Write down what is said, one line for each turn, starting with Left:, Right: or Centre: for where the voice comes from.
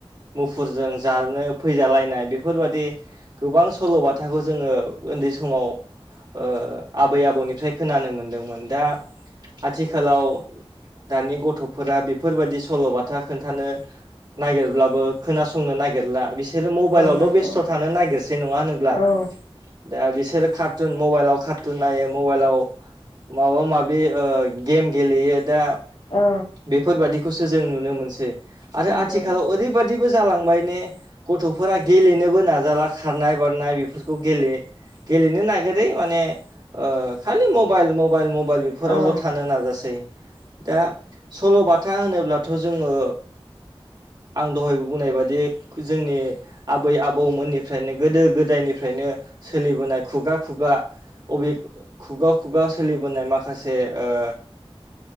Right: मुफुरजों जानो फैजालायनाय बेफोरबादि गोबां सल'बाथाखौ जोङो उन्दै समाव ओ आबै आबौनिफ्राय खोनानो मोनदोंमोन दा आथिखालाव दानि गथ' फोरा बेफोरबादि सल'बाथा खोन्थानो नागिरब्लाबो खोनासंनो नागिरला बिसो सोरो मबाइलावल'
Left: नंगौ
Right: बेस्थ' थानो नागिरसै नङा होनोब्ला?
Left: औ
Right: दा बिसोरो कार्टुन मबाइलाव कारटुन नायो मबाइलाव माबा माबि ओ गेम गेलेयो दा
Left: औ।
Right: बेफोरबायदि खौसो जों नुनो मोनसै आरो
Left: नंगौ
Right: आथिखालाव ओरैबादिबो जालांबाय ने‌ गथ'फोरा गेलेनोबो नाजाला खारनाय बारनाय बेफोरखौ गेले गेलेनो नागारै माने ओ खालि मबाइल मब मबाइल मबाइल बेफोरावल'
Left: औ औ
Right: थानो नाजासै दा सल'बाथा होनोब्लाथ' जोङो आं दहायबो बुंनाय बादि जोंनि आबै आबौमोननिफ्रायनो गोदो गोदायनिफ्रायनो सोलिबोनाय खुगा खुगा अबे खुगा खुगा सोलिबोनाय माखासे ओ